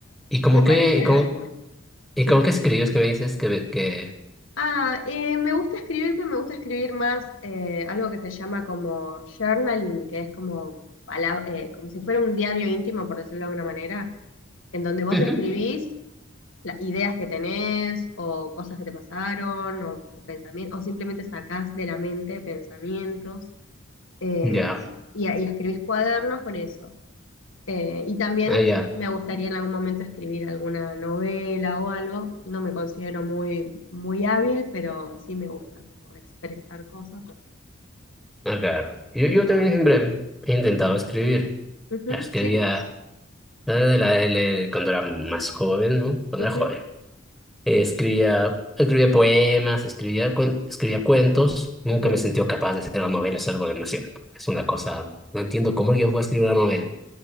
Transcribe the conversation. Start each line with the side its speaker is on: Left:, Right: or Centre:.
Centre: ¿Y cómo
Left: Me parece
Centre: que, y
Left: divertido.
Centre: cómo, y
Left: Sí.
Centre: cómo que escribes que me dices que, que
Left: Ah, eh, me gusta escribir, pero me gusta escribir más eh, algo que se llama como journaling, que es como, pala- eh, como si fuera un diario íntimo, por decirlo de alguna manera, en donde vos
Centre: Ujú.
Left: escribís las ideas que tenés o cosas que te pasaron o, pensamientos, o pensami- o simplemente sacás de la mente pensamientos eh,
Centre: ya,
Left: y, y escribís cuadernos con eso. Eh, y también
Centre: ah, ya,
Left: me gustaría en algún momento escribir alguna novela o algo. No me considero muy, muy hábil, pero sí me gusta como expresar cosas,
Centre: ah, claro. Yo,
Left: quién
Centre: yo también
Left: sabe.
Centre: siempre he intentado escribir.
Left: Ujú,
Centre: Ya Escribía
Left: ¿sí?
Centre: la de la L cuando era más joven, ¿no? Cuando
Left: Ujú,
Centre: era joven. Eh, Escribía, escribía poemas, escribía, cuen- escribía cuentos. Nunca
Left: ujú,
Centre: me sentí capaz de hacer una novela, es algo demasiado. Es una cosa, no entiendo cómo alguien puede escribir una novela.